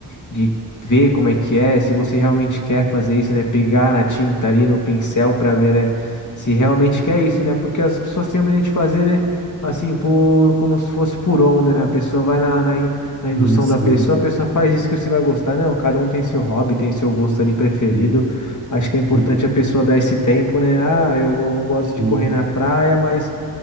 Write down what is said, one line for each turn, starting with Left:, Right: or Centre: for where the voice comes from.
Left: de ver como é que é, se você realmente quer fazer isso, né? Pegar na tinta ali, no pincel para ver, né? Se realmente quer isso, né? Porque as pessoas têm medo de fazer, né? Assim, por como se fosse por onda, né? A pessoa vai na, na, in- na
Right: Sim,
Left: indução
Right: sim,
Left: da pessoa, a pessoa faz isso que você vai gostar. Não, cada um tem seu hobby, tem seu gosto ali preferido.
Right: sim,
Left: Acho que é importante
Right: sim,
Left: a pessoa dar esse tempo, né? Ah, eu go- não gosto
Right: sim.
Left: de correr na praia, mas